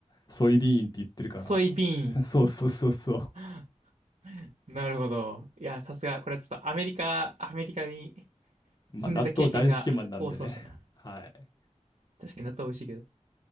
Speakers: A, on the left; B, on the right.
A: ソイビーンって言ってるか
B: ソイビーン。
A: ら。<laughs> そうそうそうそう。
B: <laughs> なるほど。いや、さすが。これはちょっとアメリカ、アメリカに
A: まあ納豆大好きマンなんでね。
B: 住んでた経験が功そうしたな。
A: はい。
B: 確かに納豆美味しいけど。